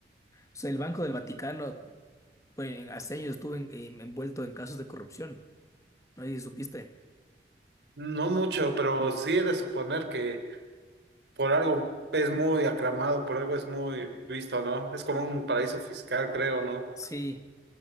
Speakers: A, on the left (about 15°); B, on the right (about 75°).
A: sea, el Banco del Vaticano, pues, en- hace años estuvo en- en- envuelto en casos de corrupción, ¿no? ¿Y supiste?
B: no mucho, pero sí he de suponer que por algo es muy aclamado, por algo es muy visto, ¿no? Es como un paraíso fiscal, creo, ¿no?
A: Sí,